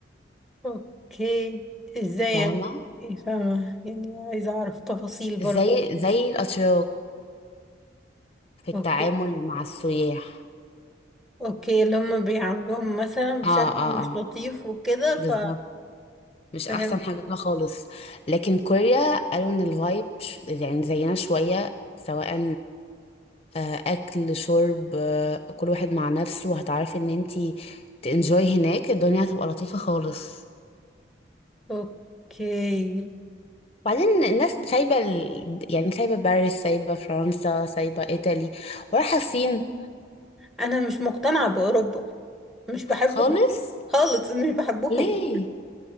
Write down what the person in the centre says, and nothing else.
اوكي ازاي
يعني إيه فاهمة يعني عايزة اعرف تفاصيل برضو
اوكي
اوكي اللي هم بيعاملوهم مثلا بشكل
مش
لطيف وكده
ف
فهمت
اوكي
انا مش مقتنعة باوروبا مش بحبهم
خالص مش بحبهم